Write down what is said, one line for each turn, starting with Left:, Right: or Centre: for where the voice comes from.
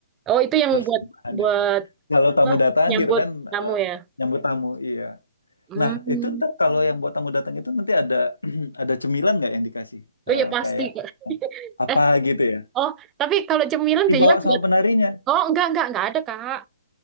Right: Oh itu yang
Left: persambahan
Right: buat buat
Left: ya. Kalau tamu
Right: Wah,
Left: datang
Right: nyambut
Left: gitu kan
Right: kamu
Left: eh,
Right: ya.
Left: nyambut tamu, iya.
Right: Hmm.
Left: Nah itu ntar kalau yang buat tamu datang itu nanti ada <clears throat> ada cemilan nggak yang dikasih
Right: Oh
Left: Eh,
Right: ya pasti.
Left: kayak
Right: Kak. <laughs>
Left: apa
Right: Eh,
Left: gitu ya?
Right: oh, tapi kalau cemilan
Left: Dibawa
Right: biasanya
Left: sama
Right: buat
Left: penarinya.
Right: Oh, enggak enggak enggak ada, Kak.